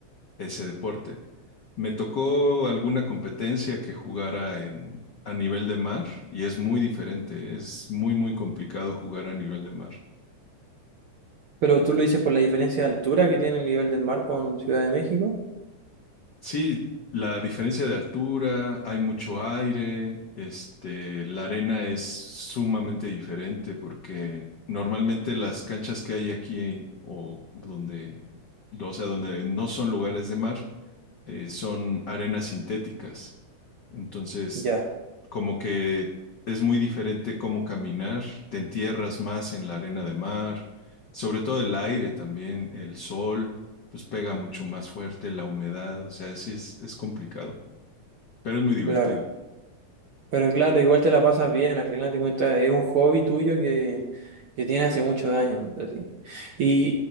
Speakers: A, on the left (about 80°); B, on the right (about 65°).
A: ese deporte. Me tocó alguna competencia que jugara en, a nivel de mar y es muy diferente, es muy, muy complicado jugar a nivel de mar.
B: Pero tú lo dices por la diferencia de altura que tiene el nivel del mar con Ciudad de México.
A: Sí, la diferencia de altura, hay mucho aire, este, la arena es sumamente diferente porque normalmente las canchas que hay aquí o donde, o sea, donde no son lugares de mar, eh, son arenas sintéticas. Entonces
B: Ya,
A: como que es muy diferente cómo caminar, te entierras más en la arena de mar, sobre todo el aire también, el sol, pues pega mucho más fuerte, la humedad, o sea, sí es, es complicado, pero es muy divertido.
B: claro. Pero claro, igual te la pasas bien, al final te cuentas, es un hobby tuyo que, que tiene hace muchos años, así. Y,